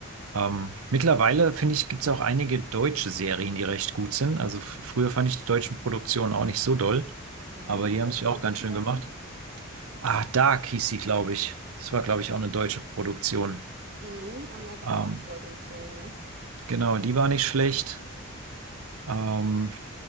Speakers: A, on the right; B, on the right.
A: Ähm, mittlerweile, finde ich, gibt es auch einige deutsche Serien, die recht gut sind. Also f- früher fand ich die deutschen Produktionen auch nicht so doll,
B: Aha,
A: aber
B: und
A: die haben
B: was
A: sich
B: da
A: auch
B: so
A: ganz
B: zum
A: schön
B: Beispiel?
A: gemacht. Ah, Dark hieß sie, glaube ich. Das war, glaube ich, auch eine deutsche Produktion.
B: Mhm, haben mir jetzt
A: Ähm,
B: auch ein paar Leute empfohlen, ja.
A: genau, die war nicht schlecht. Ähm,